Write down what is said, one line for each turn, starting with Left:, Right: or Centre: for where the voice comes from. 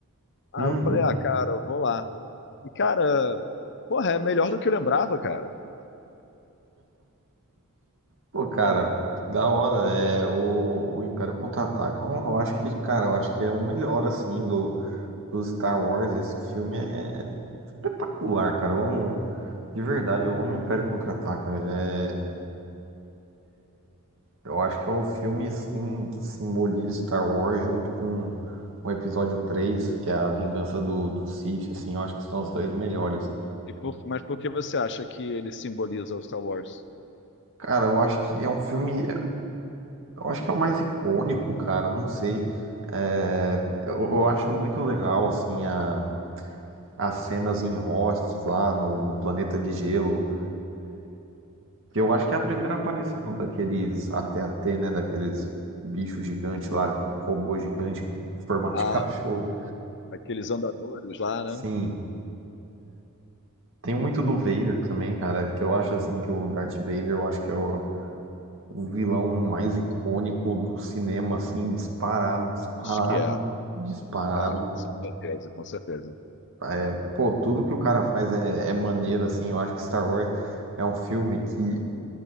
Left: Aí
Right: Uhum.
Left: eu falei, ah, cara, eu vou lá. E, cara, porra, é melhor do que eu lembrava, cara.
Right: Pô, cara, da hora. É, o, o Império Contra-Ataca, eu, eu acho que, cara, eu acho que é o melhor, assim, do, do Star Wars, esse filme é espetacular, cara. Eu amo, de verdade, eu amo o Império Contra-Ataca. Ele é- eu acho que é o filme assim, que simboliza Star Wars junto com o episódio 3 que é a vingança do, do Sith, assim, eu acho que são os dois melhores.
Left: E por- mas por que você acha que ele simboliza o Star Wars?
Right: Cara, eu acho que é um filme. Eu acho que é o mais icônico, cara. Não sei. É, eu, eu acho muito legal, assim, a, as cenas em Hoth lá no, no planeta de gelo. Que eu acho que é a primeira aparição daqueles AT-AT, né? Daqueles bichos gigantes lá, tipo, robô gigante com formato
Left: Ah,
Right: de <laughs> cachorro.
Left: aqueles andadores lá, né?
Right: Sim. Tem muito do Vader também, cara, que eu acho assim que o Darth Vader, eu acho que é o, o vilão mais icônico do cinema, assim, disparado, disparado,
Left: Acho que é, é,
Right: disparado.
Left: com certeza, com certeza.
Right: É, pô, tudo que o cara faz é, é maneiro, assim. Eu acho que Star Wars é um filme que,